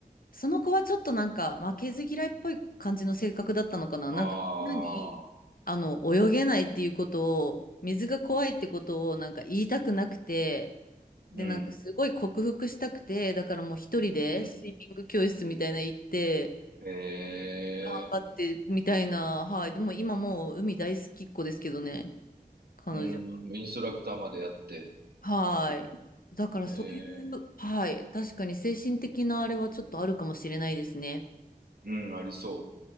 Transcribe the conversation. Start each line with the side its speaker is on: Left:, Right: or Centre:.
Left: その子はちょっとなんか負けず嫌いっぽい感じの性格だったのかな。
Right: ああ、
Left: なんかみんなに、あの、泳げないっていうことを、水が怖いってことをなんか言いたくなくて、で、
Right: うん、
Left: なんかすごい克服したくて、だからもう一人でスイミング教室みたいなの行って、
Right: うん。ええ
Left: 頑張ってみたいな、はい。でも今もう海大好きっ子ですけどね、彼女
Right: うん、インストラクターまでやって。
Left: は。はい。だからそういう、
Right: ええ
Left: はい。確かに精神的なあれはちょっとあるかもしれないですね。
Right: うん、ありそう。